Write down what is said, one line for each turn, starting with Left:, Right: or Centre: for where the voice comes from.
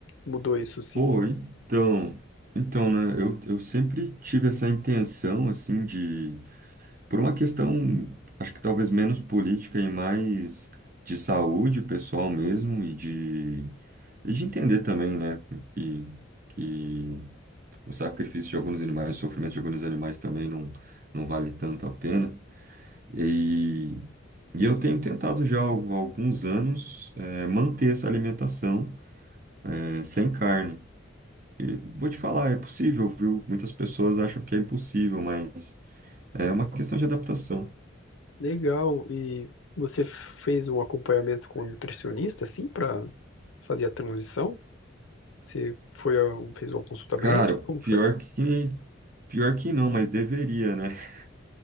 Left: mudou isso sim
Right: Pô, então, então, né, eu, eu sempre tive essa intenção, assim, de Por uma questão, acho que talvez menos política e mais de saúde pessoal mesmo e de, e de entender também, né, que, que o sacrifício de alguns animais, o sofrimento de alguns animais também não, não vale tanto a pena. E, e eu tenho tentado já há alguns anos eh, manter essa alimentação eh, sem carne. E vou te falar, é possível, viu? Muitas pessoas acham que é impossível, mas é uma questão de adaptação.
Left: Legal. E você fez um acompanhamento com um nutricionista, assim, para fazer a transição? Você foi, a- fez uma consulta
Right: Cara,
Left: médica? Como
Right: pior
Left: que foi?
Right: que. Pior que não, mas deveria, né? <laughs>